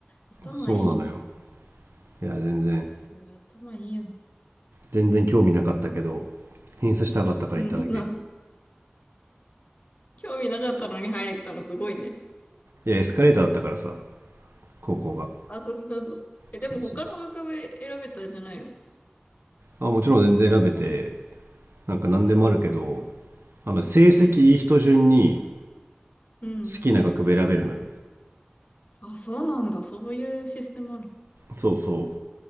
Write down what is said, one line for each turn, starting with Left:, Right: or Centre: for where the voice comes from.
Left: 頭いいの。
Right: そうなのよ。いや、全然、
Left: そりゃ頭いいの。
Right: 全然興味なかったけど、
Left: そっか。
Right: 偏差したかったから行っただけ。
Left: うん、<laughs> な、興味なかったのに入ったのすごいね。
Right: いや、エスカレーターだったからさ、高校が。
Left: あ、そうそうそう。え、でも他の学部選べたんじゃないの
Right: そうそう。あ、もちろん全然選べて、なんか何でもあるけど、
Left: うん、
Right: あの、成績いい人順に
Left: うん、うん。
Right: 好きな学部選べるのよ。
Left: あ、そうなんだ。そういうシステムある。
Right: そうそ